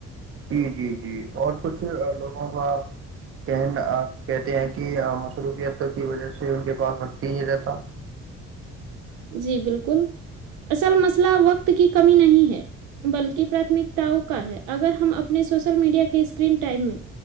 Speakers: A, on the right (about 40°); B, on the right (about 80°).
A: جی جی جی اور کچھ لوگوں کا کہن کہتے ہیں کہ مصروفیت کی وجہ سے ان کے پاس وقتی نہیں رہتا
B: جی بالکل اصل مسئلہ وقت کی کمی نہیں ہے بلکہ پراتمکتاؤ کا ہے اگر ہم اپنے سوشل میڈیا کے اسکرین ٹائم میں